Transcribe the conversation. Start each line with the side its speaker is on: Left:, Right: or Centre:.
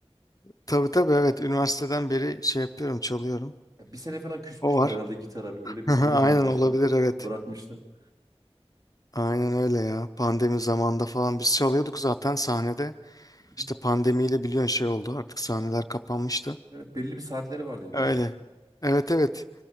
Left: Tabii tabii evet üniversiteden beri şey yapıyorum çalıyorum.
Right: Ya bir sene falan küsmüştün
Left: O var.
Right: herhalde gitara bir. Öyle
Left: <laughs>
Right: bir durum
Left: Aynen
Right: olmuştu.
Left: olabilir evet.
Right: Bırakmıştın.
Left: Aynen öyle ya. Pandemi zamanında falan biz çalıyorduk zaten sahnede.
Right: Hı
Left: İşte
Right: hı.
Left: pandemiyle biliyorsun şey oldu artık sahneler kapanmıştı.
Right: Evet belli bir saatleri var diye duydum.
Left: Öyle. Evet evet.